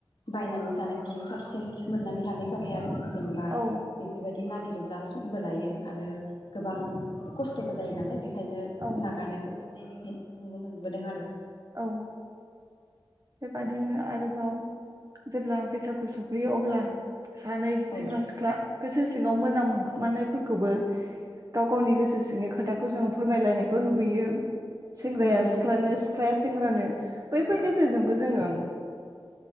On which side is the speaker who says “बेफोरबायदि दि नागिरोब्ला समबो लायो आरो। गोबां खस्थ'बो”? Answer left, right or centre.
Left